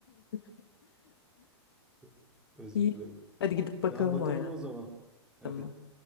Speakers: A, on the left; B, in the centre.
A: <laughs>
B: <laughs> Özür
A: İyi.
B: dilerim.
A: Hadi gidip bakalım
B: Tamam bakalım
A: oyuna.
B: o zaman. Hadi.
A: Tamam.